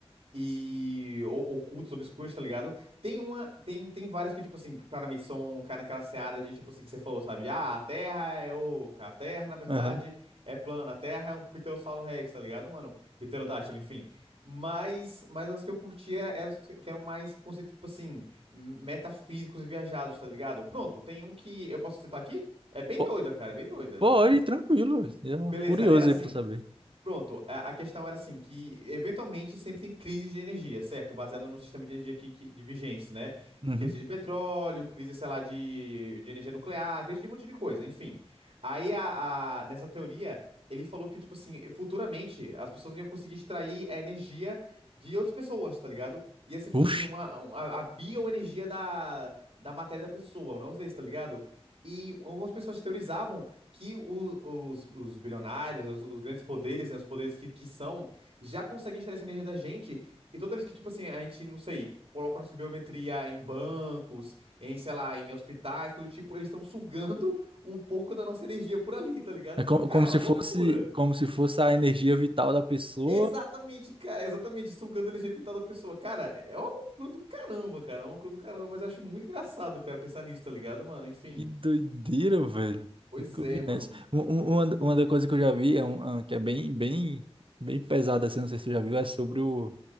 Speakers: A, on the right; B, on the right.
A: e o- ocultas, obscuras, tá ligado? Tem uma, tem, tem várias que, tipo assim, que claramente são, cara, naquela seara de, tipo assim, que você falou, sabe? Ah, a Terra é oca, a Terra, na verdade,
B: Aham.
A: é plana, a Terra é um Pterossauro Rex, tá ligado, mano? Pterodátilo, enfim. Mas, mas as que eu curtia eram as que eram mais conceitos, tipo assim, metafísicos e viajados, tá ligado? Pronto, tem um que eu posso citar aqui? É bem
B: Pô,
A: doida, cara, é bem doida.
B: Pode, tranquilo. Eu,
A: Beleza,
B: curioso
A: era assim.
B: aí pra saber.
A: Pronto, a, a questão era assim, que eventualmente sempre tem crises de energia, certo? Baseado no sistema de energia que, que- de vigentes, né?
B: Uhum.
A: Crise de petróleo, crise, sei lá, de, de energia nuclear, crise de um monte de coisa, enfim. Aí, a, a- nessa teoria, ele falou que, tipo assim, futuramente as pessoas iam conseguir extrair a energia de outras pessoas, tá ligado? Ia ser, tipo
B: Oxi.
A: assim, uma, um- a, a bioenergia da, da matéria da pessoa, um negócio desse, tá ligado? E algumas pessoas teorizavam que o- os, os bilionários, né, os, os grandes poderes, né, os poderes que, que são, já conseguem extrair essa energia da gente. E toda vez que, tipo assim, a gente, não sei, coloca nossa biometria em bancos, em, sei lá, em hospitais, coisa do tipo, eles estão sugando um pouco da nossa energia por ali, tá ligado,
B: É co-
A: mano? Cara,
B: como,
A: é
B: se
A: uma loucura.
B: fosse, como se fosse a energia vital da pessoa
A: Exatamente, cara, exatamente, sugando a energia vital da pessoa. Cara, é uma loucura do caramba, cara, é uma loucura do caramba, mas eu acho muito engraçado, cara, pensar nisso, tá ligado, mano? Enfim,
B: Que doideira, velho.
A: pois
B: Nunca
A: é,
B: vi
A: mano.
B: nessa. Um- um- Uma, da- uma, das coisas que eu já vi, é um, um que é bem, bem, bem pesada, assim, não sei se tu já viu, é sobre o,